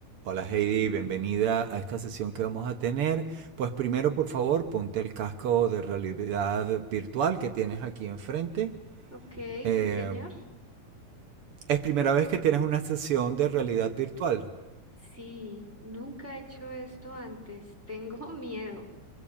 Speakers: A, on the right; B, in the centre.
A: Hola Heidi, bienvenida a esta sesión que vamos a tener. Pues primero, por favor, ponte el casco de realidad virtual que tienes aquí enfrente.
B: Ok,
A: Eh,
B: sí, señor.
A: ¿Es primera vez que tienes una sesión de realidad virtual?
B: Sí, nunca he hecho esto antes. Tengo <laughs> miedo.